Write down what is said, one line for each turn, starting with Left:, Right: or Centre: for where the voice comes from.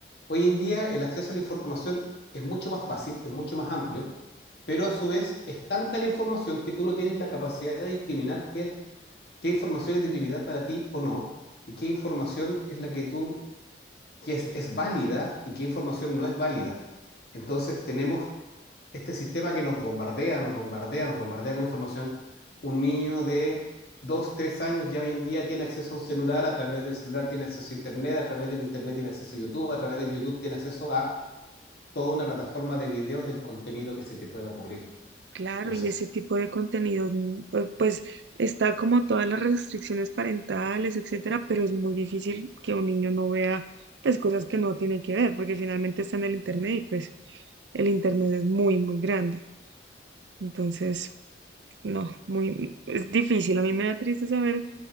Left: Hoy en día el acceso a la información es mucho más fácil, es mucho más amplio, pero a su vez es tanta la información que tú no tienes la capacidad de discriminar qué, qué información es de utilidad para ti o no, y qué información es la que tú, que es, es válida y qué información no es válida. Entonces tenemos este sistema que nos bombardea, nos bombardea, nos bombardea con información, un niño de dos, tres años ya hoy en día tiene acceso a un celular, a través del celular tiene acceso a Internet, a través del Internet tiene acceso a YouTube, a través de YouTube tiene acceso a toda una plataforma de videos del contenido que se te pueda ocurrir.
Right: claro,
Left: Entonces,
Right: y ese tipo de contenidos, mm, pu- pues está como todas las restricciones parentales, etcétera, pero es muy difícil que un niño no vea pues cosas que no tiene que ver, porque finalmente está en el internet y pues el internet es muy, muy grande. Entonces, No, muy, es difícil. A mí me da triste saber